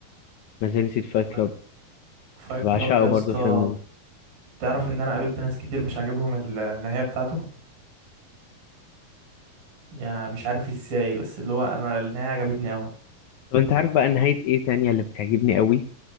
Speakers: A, on the left (about 80°); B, on the right (about 65°).
A: ما زال نسيت فايت
B: فايت
A: كلاب
B: فايت
A: بعشقه
B: كلاب يا
A: برضو
B: اسطى
A: الفيلم ده
B: تعرف ان انا قابلت ناس كتير مش عاجبهم النهاية بتاعته يعني مش عارف ازاي بس اللي هو انا النهاية عجبتني اوي
A: طب انت عارف بقى نهاية ايه تانية اللي بتعجبني قوي